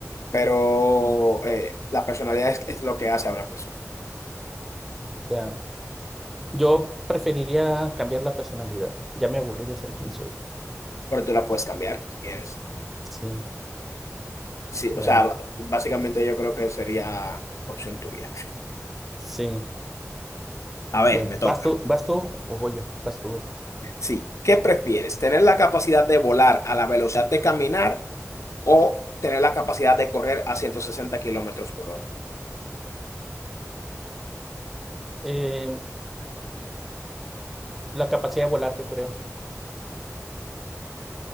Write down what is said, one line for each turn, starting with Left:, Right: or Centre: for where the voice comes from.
Left: pero eh, la personalidad es, es lo que hace a una persona,
Centre: ya. Yo preferiría cambiar la personalidad. Ya me aburrí de ser quien soy.
Left: pero tú la puedes cambiar si quieres.
Centre: Sí,
Left: Sí,
Centre: bueno,
Left: o sea, b- básicamente yo creo que sería opción tuya.
Centre: sí.
Left: A ver,
Centre: Bueno,
Left: me toca.
Centre: ¿vas tú, vas tú o voy yo? Vas tú, ¿verdad?
Left: Sí, ¿qué prefieres? ¿Tener la capacidad de volar a la velocidad de caminar o tener la capacidad de correr a 160 kilómetros por hora?
Centre: Eh, la capacidad de volar, yo creo.